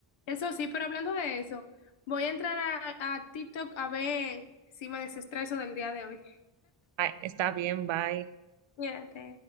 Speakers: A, on the left; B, on the right.
A: eso sí, pero hablando de eso, voy a entrar a, a TikTok a ver si me desestreso del día de hoy.
B: Ay, está bien, bye.
A: Cuídate.